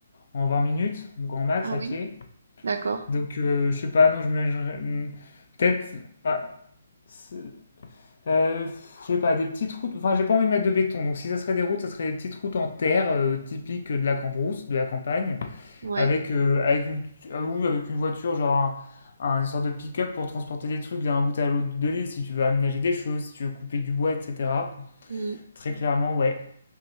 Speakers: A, on the left; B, on the right.
A: en 20 minutes, au grand max,
B: Ah
A: à
B: oui,
A: pied.
B: d'accord.
A: Donc, euh, je sais pas, non, je me peut-être, ah, c'est- euh, je sais pas, des petites routes. Enfin, j'ai pas envie de mettre de béton. Donc, si ça serait des routes, ça serait des petites routes en terre, euh, typiques de la cambrousse, de la campagne,
B: Ouais.
A: avec, euh, avec une, ah oui, avec une voiture, genre un- un- une sorte de pick-up pour transporter des trucs d'un bout à l'autre de l'île, si tu veux aménager des choses, si tu veux couper du bois, etc.
B: Mm.
A: Très clairement, ouais.